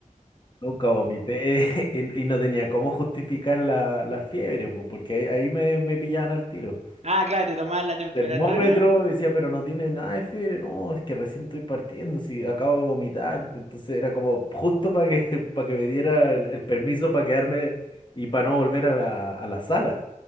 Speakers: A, on the left; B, on the right.
A: Nunca vomité <laughs> y, y no tenía cómo justificar la, la fiebre, po, porque ahí, ahí me, me pillaban al tiro.
B: Ah, claro, te tomaban la temperatura.
A: termómetro, y decía, pero no tiene nada de fiebre, no, es que recién estoy partiendo, si acabo de vomitar, entonces era como justo para que, <laughs> para que me diera el, el permiso para quedarme y para no volver a la, a la sala,